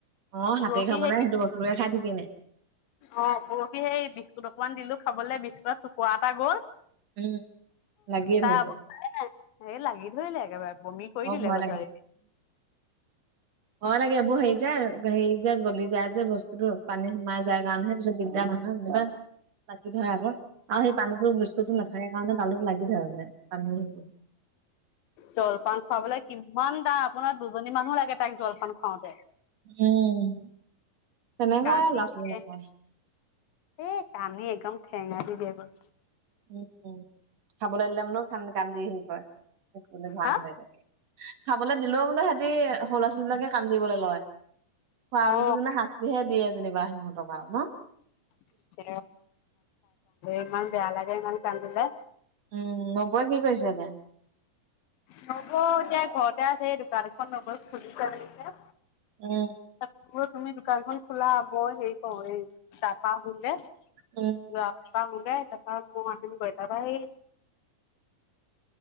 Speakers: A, on the right; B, on the left.
A: অ
B: পৰহি
A: হাতেই খাব
B: সেই
A: নাই সেইটো বস্তুকে খাই থাকি নাই
B: অ পৰহি সেই বিস্কুট অকমান দিলোঁ খাবলৈ বিস্কুটৰ টুকুৰা এটা গ'ল
A: উম লাগি এ
B: তাৰ
A: ধৰিলে
B: অৱস্থাই নাই এই লাগি ধৰিলে একেবাৰে বমি কৰি দিলে
A: ভয়
B: গথা
A: হয় লাগে এইবোৰ হেৰি যে হেৰি যে গলি যায় যে বস্তুতো পানী সোমাই যায় কাৰণেহে <unintelligible> লাগ ধৰে আকৌ আৰু সেই পানীতো বিস্কুটটো নাথাকে কাৰণে তালোত লাগি ধৰে মানে পানী সেই
B: জলপান খাবলৈ কিমান দাম আপোনাৰ দুজনী মানুহ লাগে তাইক জলপান খুৱাওতে
A: উম তেনেকৈ
B: কান্দি
A: আৰু ল'ৰা
B: দিয়ে
A: ছোৱালী নাখায়
B: এ কান্দি একদম ঠেঙা দি দিয়েগৈ।
A: উম উম খাব লাগিল কান্দি কান্দি হ ঘৰাে
B: হা
A: খাবলৈ দিলেও বোলে সৰু ল'ৰা ছোৱালীবিলাকে কান্দি বলে লয় খোৱা
B: অ
A: বস্তু যেনে শাস্তিহে দিয়ে যেনিবা সিহঁতক আও ন
B: <unintelligible> ইমান বেয়া লাগে ইমান কান্দিলে
A: উম নবৌৱে কি কৰিছে এতিয়া
B: নবৌ এতিয়া ঘৰতে আছে এই দোকান এখন লগ খুলিছে মেলিছে
A: উম,
B: ত তুমি দোকানখন খোলা বৌৱে হেৰি কৰ এই তাপা আহো গৈ যোৱা
A: উম,
B: পা আহোংগে তাপা মই আহিমগৈ তাপা সেই